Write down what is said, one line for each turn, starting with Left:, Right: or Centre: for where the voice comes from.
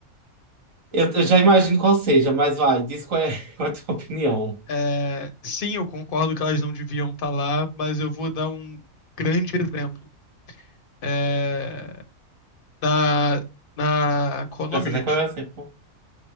Right: eu, eu já imagino qual seja mas vai diz qual é, <laughs> qual é a tua opinião
Left: É, sim, eu concordo que elas não deviam estar lá, mas eu vou dar um grande exemplo. É, na, na, qual é o nome,
Right: já sei
Left: gente?
Right: até qual é o exemplo